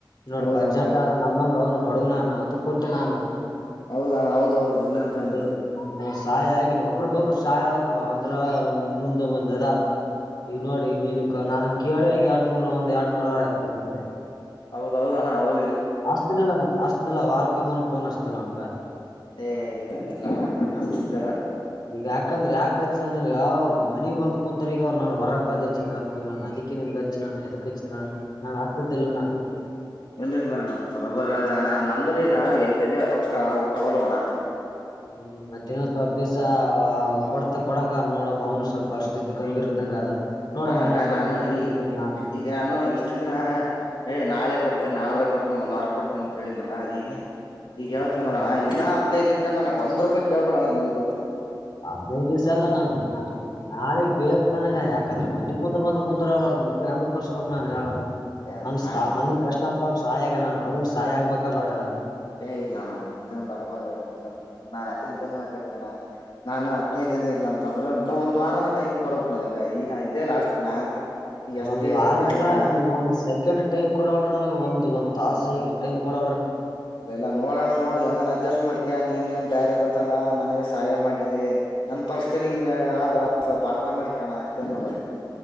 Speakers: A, on the left; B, on the left.
A: ನೋಡಪ
B: ಹೌದಣ
A: ಅರ್ಜೆಂಟ್
B: ಹೌದು
A: ಆದ ನಮ್ಮಂಗ ಅವ್ನ ಬಡವನಾನ ಅಥ ಕೊಟ್ಟ ನಾನ
B: ಹೌದಣ ಹೌದೌದು
A: ಹ್ಮ
B: ಇಲ್ಲ ಅಂತ
A: ಮತ್ತೆ
B: ಅಂದಿಲ್ಲ
A: ಹ ಸಾಯ ಆಗಿನ ಒಬರು ಬ್ಬ್ರ ಸಾಯ ಹೋಗಪ್ಪ ಅಂದ್ರ ಮುಂದ ಮಂದ್ದ್ದ ಈಗ ನೋಡಿ ನೀನು ಕ ನಾನು ಕೇಳ ಎರಡ್ ಮೂರ್ ಒಂದ್ ಎರಡ್ ಮೂರವರ ಆಯ್ತು ಮತ್ತೆ
B: ಹೌದ ಹೌದಣ್ಣ ಹೌದ
A: ಆಸ್ತನಿಲ್ಲ ಆಸ್ತನಿಲ್ಲ ವಾರ್ ಪೋನ್ತಲ್ಲ ಅಷ್ಟೇ ನಂಗ್
B: ಏ ಇಲ್ಲ ಇಲ್ಲಲ್ಲ
A: ಈಗ ಯಾಕಂದ್ರೆ ಯಾಕೆಚ್ಚಿ ನನಗ ಮನಿಗ್ ಬಂದ ಕುಂತರ್ಗ ಅವ್ ನಾನು ಹೊರಗೆ ಬಂದ ಹೆಚ್ಚಿನ ಕ ನ ಅದಕ್ಕೆ ನನ್ಗೆ ಹಚ್ಚಿ ನಾನುದಕ್ ಕಚಿನಳ ನಾನು ಅಸತ್ದಲ್ಲನ್ನ
B: ಎಲ್ಲಿರ್ಲ ಅಣ್ಣ ಅದು. ಬರೋಬರ್ ಆದಣ್ಣ ನಮ್ದನೂ ಈಗ ಎಲ್ದೆಲ್ಲಿ ರೊಕ್ಕ ಹುಟ್ಟವಲ್ಲುವ್ ಅಣ.
A: ಹ್ಮ್ ಮತ್ತ ಇನ್ನೊಂದ ಸ್ವಲ್ ದಿವ್ಸ ಕೊಡತ ಕೊಡಂಗ ನೋಡ ನಮ್ಮ ಮಾವನು ಸ್ವಲ್ಪ ಪರಿಸ್ಥಿತಿ ಗಂಭೀರ್ ಇದ್ದಂಗ ಅದ. ನೋಡಮ್
B: ಅಣ್ಣ
A: ಇನ್ನೊಂದ್
B: ಅದ
A: ಸ್ವಲ್ಪ
B: ನಾನು
A: ದಿವ್ಸ ಅಂತ
B: ಈ
A: ಬಿಟ್ಟಿದ್ದೆ ನಾನ್
B: ಈಗ ನಾನು ಇಷ್ಟು ದಿನ ಏ ನಾಳೆ ಕೊಡ್ತೇನಿ ನಾಡ ಕೊಡ್ತನ ಒಂದ್ ವಾರ ಕೊಡ್ತನ ಅಂತ ಹೇಳಿದ್ನಾ ಈಗೆ ಈಗ ಯಾವತ್
A: ಹ್ಮ್
B: ನೋಡಣ ಇನ್ನು ಹದಿನೈದ ದಿನಾತನ್ ನನಗ ಒಂದ್ ರೂಪಾಯಿ ಕೇಳ್ಬೇಡ್ ಅಣ್ಣಾ ನೀನು
A: ಹದ್ನೈದ ದಿವ್ಸ ಎಲ್ಲಾ ನನ್ ನಾಳಿಗ್ ಬೇಕ ನನಗ ಯಾಕಂದ್ರ ಮ ಮನಿ ಮುಂದ ಬಂದ ಕುಂತ್ರ ಅವ್ರ ಮುಖ ಹೆಂಗ ತೋರ್ಸಬೇಕ್ ನಾನ್ ಹೇಳಣ
B: ಏಣ
A: ನಮ್ಮ
B: ನಾನ್
A: ಸ್ತ್ ನನ್ ಕಷ್ಟ ಅಂತ ಅವ್ರ ಸಹಾಯ ಆಗ್ಯಾರ ಅಣ್ಣಾ ಅವ್ರಗಿನು ಸಹಾಯ ಆಗ್ಬೇಕ ಬ್ಯಾಡ್ ಹೇಳ್.
B: ಹೇ ಇಲ್ಲಾ ಅಣ್ಣಾ ನಿಂದ ಬರಬರ ಇಲ್ಲಂತ ಅಲ್ಲ ಇದ್ದಂಗ ಹೆಳಕತ್ತನ್ ಅಣ್ಣಾ ನಾನ್ ಹದ್ನೈದ ದಿನಾ ಇಲ್ಲ ಅಂತಂದ್ರ ಇನ್ನ್ ಒಂದ ವಾರನ ಟೈಮ್ ಕೊಡಬೇಕ್ ನನಗ ಈಗ ಇದ ಲಾಸ್ಟ್ ನಾ ಅಂತ ನೀ ಎಷ್ಟ್
A: ಒಂದ್ ವಾರಲ್ಲ
B: ಹೇಳಿದ್ರನು ಅಷ್ಟೇ ಅಣ್ಣ
A: ಈಗ ಒಂದ ಸೆಕೆಂಡ್ ಟೈಮ್ ಕೊಡೋವಲ್ರ ನನಗ ಒಂದು ಒಂದ ತಾಸಿಗ್ ಟೈಮ ಕೊಡ
B: ಇಲ್ಲ ಇಲ್ಲ ನೋಡ ಅಣ್ಣಾ ನೋಡ ಹೆಂಗನಾ ಅಡ್ಜಸ್ಟ್ ಮಾಡ್ಕ ನೀನ್ ಏನ್ ಬ್ಯಾರೆದತ್ತಲ್ಲಾ ನನಗ ಸಹಾಯ ಮಾಡಿದಿ ನನ್ ಪರಿಸ್ತಿ ನಿಂಗ ಯಾವ್ದ ಸ್ವಲ್ಪ್ ಅರ್ಥಾ ಮಾಡ್ಕೊ ಅಣ್ಣಾ ಅಷ್ಟೇ ನೋಡ್.